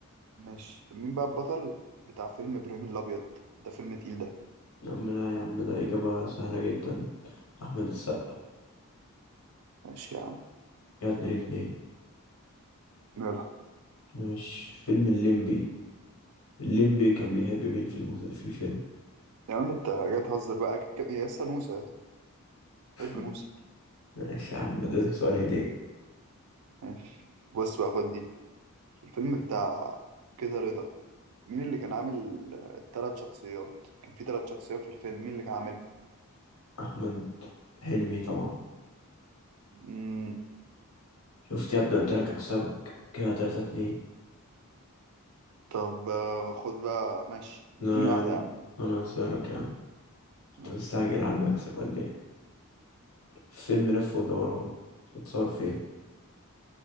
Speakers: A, on the right; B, on the left.
A: ماشي طب مين بقى البطل بتاع فيلم إبراهيم الأبيض ده فيلم تقيل ده
B: يا عم لا يا عم ده إجابة سهلة جدا أحمد السقا
A: ماشي يا عم
B: كده اتنين اتنين
A: يلا
B: ماشي فيلم الليمبي الليمبي كان بيحب مين في المس... في الفيلم
A: يا عم أنت جاي تهزر بقى أكيد كان- يا لسه نوسة
B: <laughs>
A: حب نوسة
B: ماشي يا عم انا اديتك سؤال هدية
A: ماشي بص بقى خد دي الفيلم بتاع كده رضا مين اللي كان عامل الثلاث شخصيات كان في ثلاث شخصيات في الفيلم مين اللي كان
B: احمد حلمي طبعا
A: عاملهم
B: شفت يا ابني قلت لك اكسبك كده تلاتة اتنين
A: طب آه، خد بقى ماشي
B: لا
A: اديني واحدة
B: يا عم
A: يا
B: انا هسألك يا عم انت
A: عم
B: مستعجل على المكسب ولا ايه فيلم لف ودوران اتصور فين